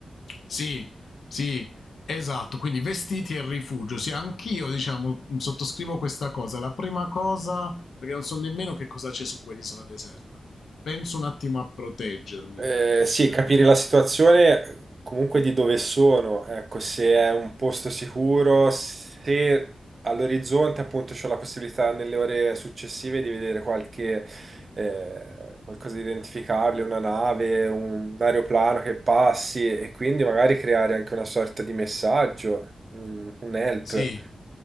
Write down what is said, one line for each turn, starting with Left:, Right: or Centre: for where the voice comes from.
Left: Sì, sì, esatto, quindi vestiti e rifugio. Sì, anch'io, diciamo, sottoscrivo questa cosa. La prima cosa, perché non so nemmeno che cosa c'è su quell'isola deserta. Penso un attimo a proteggermi.
Right: Eh, sì,
Left: Eh,
Right: capire la situazione comunque di dove sono, ecco, se è un posto sicuro, se all'orizzonte appunto c'ho la possibilità nelle ore successive di vedere qualche eh, qualcosa di identificabile, una nave, un aeroplano che passi e quindi magari creare anche una sorta di messaggio, un un help,
Left: sì,